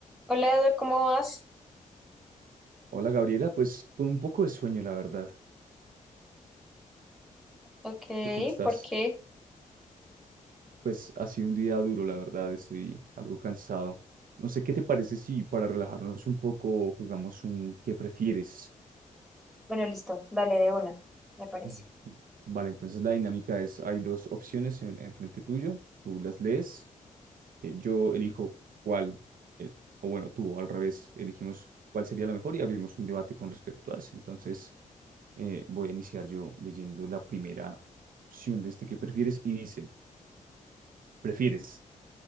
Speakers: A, in the centre; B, on the right (about 80°).
A: Hola Eduardo, ¿cómo vas?
B: Hola Gabriela, pues con un poco de sueño, la verdad.
A: Ok,
B: ¿Tú cómo estás?
A: ¿por qué?
B: Pues ha sido un día duro, la verdad, estoy algo cansado. No sé qué te parece si para relajarnos un poco jugamos un ¿qué prefieres? <clears throat>
A: Bueno, listo, dale de una, me parece.
B: Mm, Vale, entonces la dinámica es, hay dos opciones en, enfrente tuyo, tú las lees, eh, yo elijo cuál, eh, o bueno, tú al revés, elegimos cuál sería la mejor y abrimos un debate con respecto a eso. Entonces eh, voy a iniciar yo leyendo la primera opción de este que prefieres y dice... ¿Prefieres